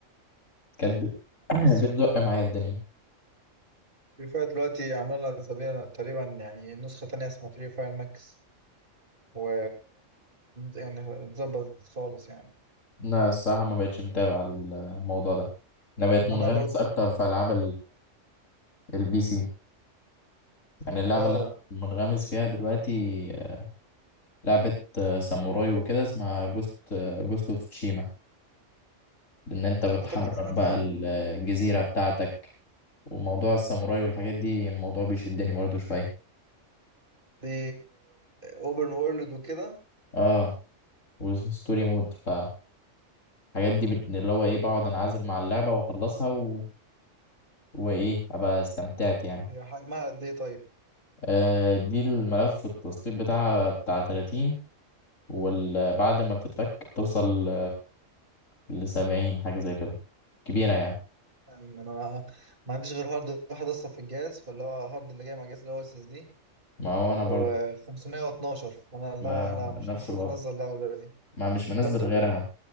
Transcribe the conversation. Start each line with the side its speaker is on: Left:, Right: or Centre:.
Left: <coughs> ب- <clears throat>
Right: اه بس
Left: بتزق معايا الدنيا
Right: فري فاير دلوقتي عاملين لها تقريبا تقريبا يعني نسخة تانية اسمها فري فاير ماكس و يعني اتظبطت خالص يعني
Left: لا الصراحة ما بقتش متابع الموضوع ده أنا بقيت
Right: ما
Left: منغمس
Right: انا برضه
Left: أكتر
Right: م-
Left: في ألعاب البي سي يعني اللعبة
Right: اه
Left: اللي أنا منغمس فيها دلوقتي آه، لعبة آه، ساموراي وكده اسمها جوست جوست اوف تشيما إن أنت بتحرر
Right: اعتقد سمعت
Left: بقى
Right: يعني
Left: ال- الجزيرة بتاعتك وموضوع الساموراي والحاجات دي الموضوع بيشدني برضو شوية
Right: دي اوبن وورلد وكده
Left: اه وستوري مود فالحاجات دي بت... اللي هو ايه بقعد انعزل مع اللعبة واخلصها و... وايه ابقى استمتعت يعني
Right: هي حجمها قد ايه طيب
Left: آه دي الملف التسطيب بتاعها بتاع 30 وبعد ما بتتفك بتوصل لسبعين حاجة زي كده كبيرة يعني
Right: يعني انا ما ما عنديش غير هارد واحد اصلا في الجهاز فاللي هو هارد اللي جاي مع الجهاز اللي هو اس اس دي
Left: ما هو انا برضو
Right: و512 فانا اللي
Left: ما
Right: هو لا مش
Left: نفس
Right: هعرف
Left: الوضع
Right: انزل اللعبه دلوقتي
Left: ما مش منزل
Right: برضو
Left: غيرها